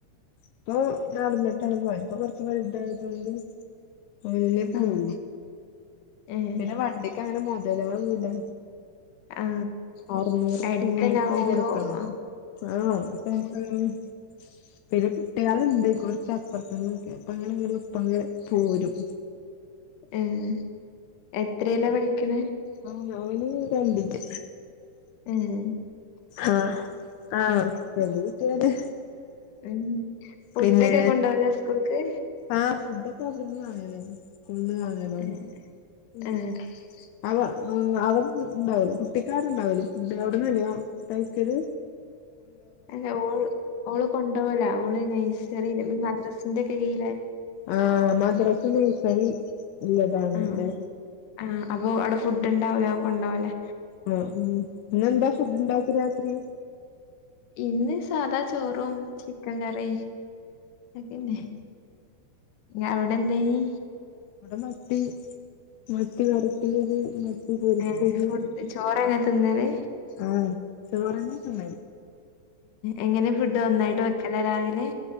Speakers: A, on the left; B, on the left.
A: ഇപ്പൊ ഞടന്നിട്ടാണ് പോയ ഇപ്പൊ കൊറച്ച പല ഇതായിരുന്നുണ്ട് ലല്ലേ പോകൂ
B: ആ ഏ
A: പിന്നെ വണ്ടിക്ക് അങ്ങനെ മുതലാവണ്ടെ
B: ആ
A: അറുന്നൂറപ്പ
B: അടുത്തന്നെ
A: മാസം
B: ആവുമ്പോ
A: കൊടുക്കണം
B: ആ
A: ആണോ ഇപ്പ <unintelligible> പിന്നെ കുട്ടികളുണ്ട് കൊറച്ച അപ്പുറത്തങ്ങൊക്കെ അപ്പ അങ്ങനെങ്ങനെ ഒപ്പ അങ്ങെ പോരും
B: ഉം എത്രല്ലാ പഠിക്കണ
A: ആഹ് അവന് രണ്ടില്
B: ഉം
A: ആഹ ആഹ്ട്ട അതെ
B: ഉം ഫുഡൊക്കെ
A: പിന്നെ
B: കൊണ്ടോവലാ സ്കൂൾക്ക്
A: ആ ഫു ഫുഡൊന്നും ആയില്ല ഉഴുന്ന് ആയില്ല
B: ഏ
A: ഉ
B: ആ
A: അവ അ അവടെ ഉണ്ടാവല കുട്ടിക്കാരണ്ടാവല ഫുഡ് അവിടന്ന് തന്നെയാ കഴിക്കല്
B: അല്ലെ ഓ ഓള് കൊണ്ടോല ഓള് നൈസറി മദ്രസിന്റെ ഒക്കെ കീഴില
A: ആഹ മദ്രസ് നേഴ്സർ ഉള്ളതല്ലെ
B: ആ ആ അപ്പൊ അവിടെ ഫുഡ് ഉണ്ടാവൂലേ അത് കൊണ്ടോവലാ
A: ആഹ പിന്നെന്താ ഫുഡ്ണ്ടാക്ക് രാത്രി
B: ഇന്ന് സാധാ ചോറും ചിക്കൻ കറി അതന്നെ
A: ഇവിടെ
B: ഞ അവിടെ എന്തീനി
A: അവിടെ മത്തി മത്തി വറത്തിയത് മ പൊരിച്ചത്
B: ഏ ഫുഡ് ചോറന്നെ തിന്നല്
A: ആഹ ചോറങ്ങിട്ടണ്ട
B: എങ്ങനെ ഫുഡ് ഒന്നായിട്ട് വെക്കലേ രാവിലെ